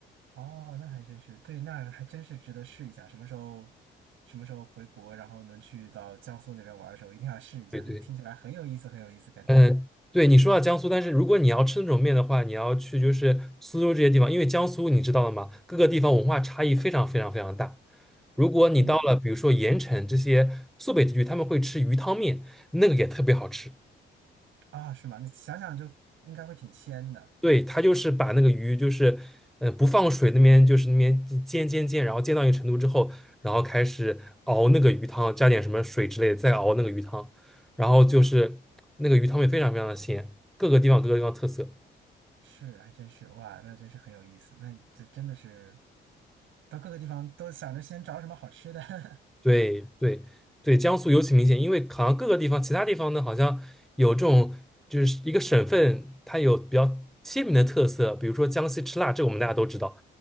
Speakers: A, on the right; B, in the centre.
A: 哦，那还真是对，那还真是值得试一下。什么时候什么时候回国，然后能去到江苏那边玩的时候，一定要试一下。
B: 对对。
A: 就听起来很有意思，很有意思，感觉。
B: 嗯，呃对，你说到江苏，但是如果你要吃那种面的话，你要去就是苏州这些地方，因为江苏你知道的嘛，各个地方文化差异非常非常非常大。如果你到了比如说盐城这些苏北地区，
A: 嗯，
B: 他们会吃鱼汤面，那个也特别好吃。
A: 啊，是吗？那想想就应该会挺鲜的，
B: 对，他就是把那个鱼就是，嗯，不放水那边就是那边煎煎煎，然后煎到一个程度之后，然后开始熬那个鱼汤，加点什么水之类的，再熬那个鱼汤，然后就是那个鱼汤面非常非常的鲜，各个地方各个地方特色。
A: 是，还真是，哇，那真是很有意思。那这真的是到各个地方都想着先找什么好吃的。<laughs>
B: 对对对，江苏尤其明显，因为好像各个地方，其他地方呢，好像有这种就是一个省份，它有比较鲜明的特色，比如说江西吃辣，这个我们大家都知道。